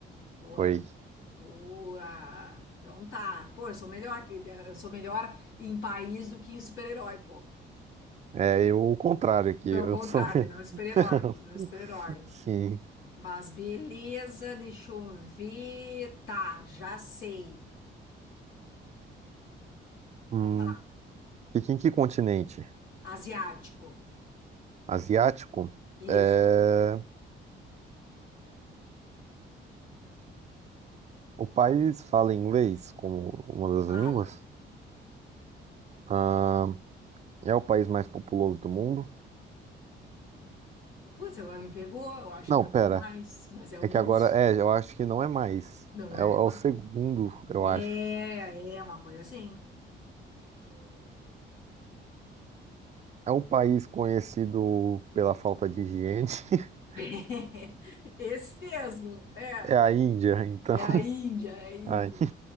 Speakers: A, on the left (about 80°); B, on the right (about 35°).
A: Boa,
B: foi.
A: boa. Então tá. Pô, eu sou melhor que eu sou melhor em país do que em super-herói, pô.
B: É eu, o contrário aqui,
A: Pelo
B: eu
A: contrário,
B: sou.
A: tem melhor super-herói,
B: <laughs>
A: tem melhor super-herói.
B: Sim.
A: Mas beleza, deixa eu ver. Tá, já sei.
B: Hum,
A: Pode falar.
B: fica em que continente?
A: Asiático.
B: asiático,
A: Isso,
B: é, o país fala inglês como uma das
A: fala.
B: línguas. Ah, é o país mais populoso do mundo.
A: Putz, agora me pegou. Eu acho
B: Não,
A: que não
B: pera.
A: é o mais, mas é um
B: É que
A: dos.
B: agora, é, eu acho que não é mais.
A: Não
B: É,
A: é?
B: o é
A: mais.
B: o segundo, eu
A: É,
B: acho.
A: é uma coisa assim.
B: É um país conhecido pela falta de higiene. <laughs>
A: <laughs> Esse mesmo. É,
B: É a Índia, então.
A: é a Índia, é a Índia.
B: Ai,